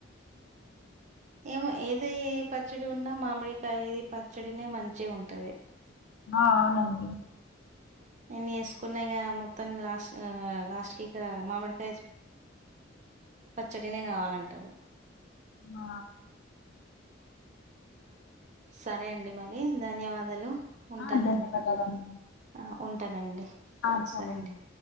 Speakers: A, on the right; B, on the left.
A: ఏమో ఏద పచ్చడి ఉన్నా మామిడికాయది పచ్చడినే మంచిగా ఉంటది
B: ఆ అవునండి
A: నన్ని వేసుకున్నాక మొత్తాం లాస్ట్ లాస్ట్ క ఇక మామిడికాయ పచ్చడినే కావాలంటారు
B: ఆ
A: సరే అండి మరి ధన్యవాదాలు ఉంటానండి
B: ఆ ధన్యవాదాలండి
A: ఆ ఉంటానండి
B: ఆ సరేనండి
A: సరే అండి